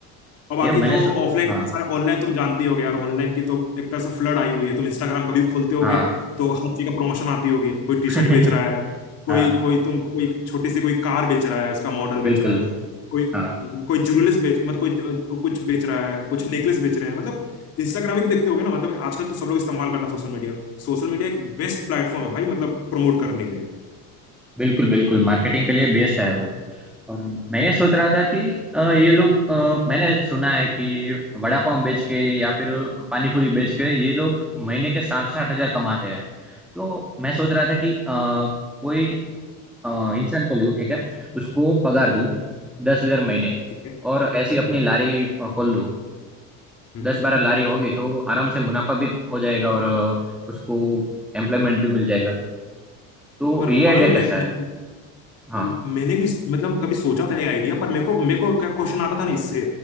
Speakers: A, on the left (about 45°); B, in the centre.
A: और बाकी
B: ये मैंने
A: तो
B: सु...
A: ऑफलाइन
B: हाँ
A: इतना सारा ऑनलाइन तुम जानती होगे यार ऑनलाइन की तो एक तरह से फ्लड आई हुई है तुम इंस्टाग्राम कभी खोलते होगे
B: हाँ
A: तो हर चीज का प्रमोशन आती होगी कोई टी
B: <laughs>
A: शर्ट बेच रहा है कोई
B: हाँ
A: कोई तुम कोई छोटी सी कोई कार बेच रहा है उसका मॉडल बेच
B: बिल्कुल
A: रहा है कोई
B: हाँ
A: कोई ज्वेलरीज बेच मतलब कोई ज- कुछ बेच रहा है कुछ नेकलेस बेच रहे हैं मतलब इंस्टाग्राम भी देखते होगे ना मतलब आजकल तो सब लोग इस्तेमाल करता है सोशल मीडिया सोशल मीडिया एक बेस्ट प्लेटफॉर्म है भाई मतलब प्रमोट करने के लिए
B: बिल्कुल बिल्कुल मार्केटिंग के लिए बेस्ट है वो और मैं ये सोच रहा था कि अ, ये लोग अ, मैंने सुना है कि वड़ा पाव बेच के या फिर पानी पूरी बेच के ये लोग महीने के साठ साठ हजार कमाते हैं तो मैं सोच रहा था कि अ, कोई अ, इंसान को लूँ ठीक है उसको पगार दूँ
A: हम्म,
B: दस हजार महीने
A: ठीक है
B: और ऐसी अपनी
A: हम्म
B: लारी अ, खोल लूँ
A: हम्म
B: दस बारह लारी होगी तो आराम से मुनाफा भी हो जाएगा और अ, उसको एम्प्लॉयमेंट भी मिल जाएगा तो
A: पर
B: ये
A: मालूम
B: आइडिया कैसा
A: है मैं, मैं
B: है हाँ
A: अम, मैंने भी मतलब कभी सोचा था ये आइडिया पर मेरे को मेरे को क्या क्वेश्चन आता था ना इससे